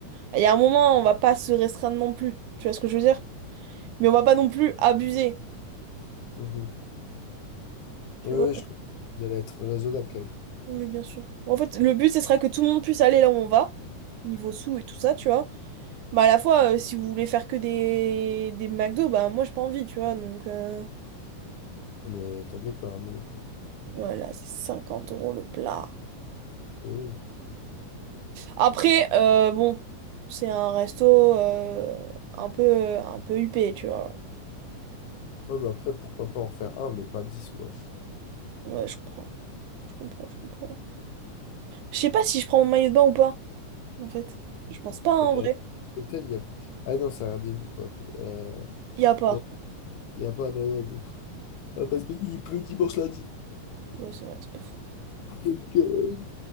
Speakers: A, on the right (about 75°); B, on the left (about 75°).
A: il y a un moment, on va pas se restreindre non plus. Tu vois ce que je veux dire? Mais on va pas non plus abuser.
B: Mhm.
A: Tu
B: Ouais,
A: vois?
B: ouais, je... Vous allez être raisonnable quand même.
A: Oui, bien sûr. Bon, En fait, le but, ce sera que tout le monde puisse aller là où on va, niveau sous et tout ça, tu vois. Bah, à la fois, euh, si vous voulez faire que des, des McDo, bah moi j'ai pas envie, tu vois. Donc euh,
B: Ah, Mais t'inquiète pas, hein, moi non plus.
A: voilà, c'est 50 euros le plat.
B: Et oui.
A: Après, euh, bon, c'est un resto euh, un peu, un peu huppé, tu vois.
B: Ouais, mais après, pourquoi pas en faire un, mais pas dix, quoi.
A: Ouais, je comprends. Je comprends, je comprends. Je sais pas si je prends mon maillot de bain ou pas, en fait. Je pense pas, hein, en
B: Et
A: vrai.
B: à l'hôtel, il y a. Ah non, c'est un Airbnb qu'on a pris. Euh,
A: Y a pas.
B: non, il n'y a pas. Non, non, mais- on va pas se baigner, il pleut dimanche lundi.
A: Ouais, c'est vrai, c'est pas faux.
B: Donc, euh,